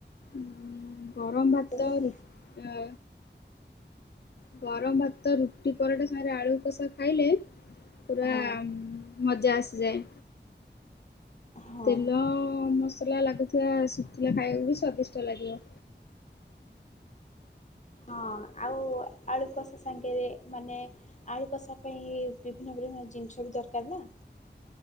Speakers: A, on the left; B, on the left.
A: ଉଁ ଗରମ ଭାତ
B: କହୁନୁ କହ।
A: ରୁ ଅ ଗରମ ଭାତ ରୁଟି ପରଟା ସାଙ୍ଗରେ ଆଳୁ କଷା ଖାଇଲେ ପୁରା
B: ହଁ
A: ଉଁ ମଜା ଆସିଯାଏ।
B: ହଁ
A: ତେଲ ମସଲା ଲାଗୁଥିବା ଶୁଖିଲା ଖାଇବୁ ବି ସ୍ଵାଦିଷ୍ଟ ଲାଗିବ।
B: ହଁ ଆଉ ଆଳୁ କଷା ସାଙ୍ଗରେ ମାନେ ଆଳୁ କଷା ପାଇଁ ବିଭିନ୍ନ ବିଭିନ୍ନ ଜିନିଷ ବି ଦରକାର ନା?